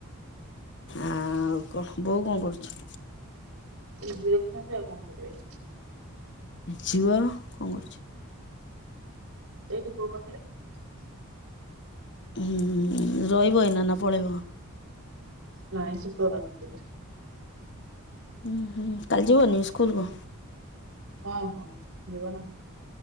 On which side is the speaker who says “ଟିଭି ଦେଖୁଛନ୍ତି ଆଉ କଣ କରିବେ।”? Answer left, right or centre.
Right